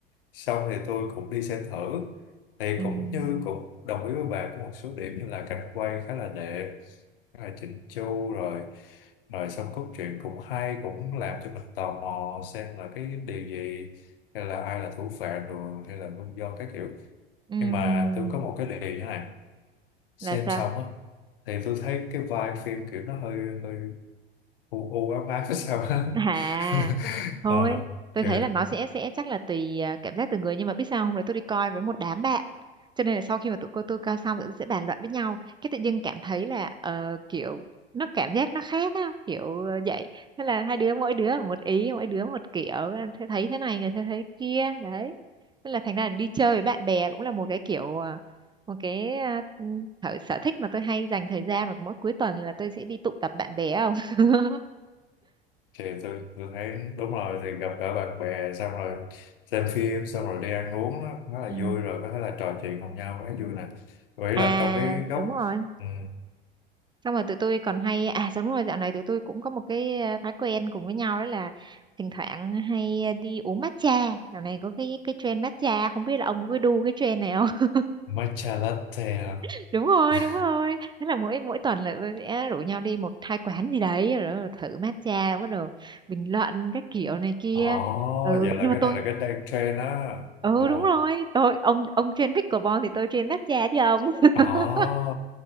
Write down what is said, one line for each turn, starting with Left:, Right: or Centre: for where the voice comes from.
Left: xong thì tôi cũng đi xem thử thì
Right: ừm,
Left: cũng như cũng đồng ý với bà có một số điểm như là cảnh quay khá là đẹp khá là chỉnh chu rồi rồi xong cốt truyện cũng hay cũng làm cho mình tò mò xem là cái điều gì hay là ai là thủ phạm rồi hay là nguyên do các kiểu
Right: ừm.
Left: nhưng mà tôi có một cái điều như thế này xem
Right: là sao
Left: xong á thì tôi thấy cái vibe phim kiểu nó hơi hơi u u ám ám <laughs> sao á
Right: à
Left: <laughs>
Right: thôi
Left: Ờ,
Right: tôi
Left: kiểu
Right: thấy là nó sẽ sẽ chắc là tùy à, cảm giác từng người nhưng mà biết sao hôm đấy tôi đi coi với một đám bạn cho nên là sau khi mà tụi cô tôi coi xong tụi tôi sẽ bàn luận với nhau cái tự dưng cảm thấy là ờ, kiểu nó cảm giác nó khác á kiểu ờ, vậy thế là hai đứa mỗi đứa một ý mỗi đứa một kiểu thế thấy thế này người thế thấy kia đấy thế là thành ra là đi chơi với bạn bè cũng là một cái kiểu ờ, một cái ờ, thử sở thích mà tôi hay dành thời gian là mỗi cuối tuần là tôi sẽ đi tụ tập bạn bè không <laughs>
Left: thì tôi tôi thấy đúng rồi thì gặp cả bạn bè xong rồi xem phim xong rồi đi ăn uống nó khá là
Right: Ừ,
Left: vui rồi có thể là trò chuyện cùng nhau khá vui nè vậy
Right: À
Left: là trong cái góc
Right: đúng rồi
Left: um,
Right: Xong rồi tụi tôi còn hay À đúng rồi dạo này tụi tôi cũng có một cái ờ, thói quen cùng với nhau Đó là thỉnh thoảng hay ờ, đi uống matcha Dạo này có cái cái trend matcha Không biết là ông có đu cái trend này không
Left: matcha latte hả?
Right: <laughs> Đúng rồi
Left: <laughs>
Right: đúng rồi Thế là mỗi mỗi tuần là tôi sẽ rủ nhau đi một hai quán gì đấy Rồi thử matcha Bắt đầu bình luận các kiểu này kia
Left: Ồ,
Right: Ừ
Left: vậy là
Right: nhưng mà
Left: cái
Right: tôi
Left: này là cái đang trend á.
Right: Ừ
Left: Ồ,
Right: đúng rồi tôi Ông ông trend pickleball thì tôi trend matcha chứ ông <laughs>
Left: ồ,